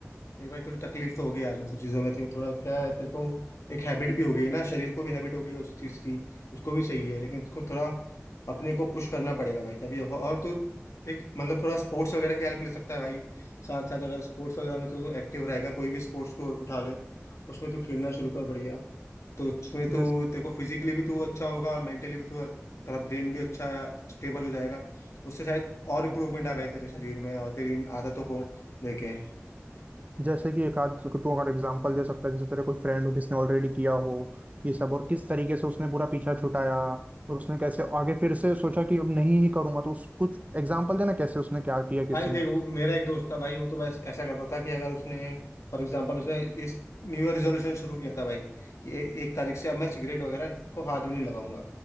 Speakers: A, on the left; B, on the right.
A: देख भाई थोड़ी तकलीफ तो होगी यार इन सब चीजों में तेरे को थोड़ा क्या है तेरे को एक हैबिट भी हो गई ना शरीर को भी हैबिट हो गई है उस चीज की उसको भी चाहिए लेकिन उसको थोड़ा अपने को पुश करना पड़ेगा भाई तभी होगा और तू एक मतलब थोड़ा स्पोर्ट्स वगैरह की हेल्प ले सकता है भाई साथ साथ अगर स्पोर्ट्स वगैरह में तू एक्टिव रहेगा कोई भी स्पोर्ट्स तू उठा ले उसमें तू खेलना शुरू कर बढ़िया तो उसमें तू
B: जैसे
A: तेरे को फिजिकली भी तू अच्छा होगा मेंटली भी तू तेरा ब्रेन भी अच्छा स्टेबल हो जाएगा उससे शायद और इम्प्रूवमेंट आए भाई तेरे शरीर में और तेरी इन आदतों को लेके
B: जैसे कि एक आध तू अगर एग्जांपल दे सकता है जैसे तेरे कोई फ्रेंड हो जिसने ऑलरेडी किया हो ये सब और किस तरीके से उसने पूरा पीछा छुटाया और उसने कैसे आगे फिर से सोचा कि अब नहीं ही करूंगा तो उस कुछ एग्जांपल देना कैसे उसने क्या किया
A: भाई
B: किसी
A: देख
B: ने
A: वो मेरा एक दोस्त था भाई वो तो बस ऐसा करता था कि अगर उसने फॉर एग्जांपल उसने इस न्यू ईयर रेजोल्यूशन शुरू किया था भाई कि ए, एक तारीख से अब मैं सिगरेट वगैरह को हाथ भी नहीं लगाऊंगा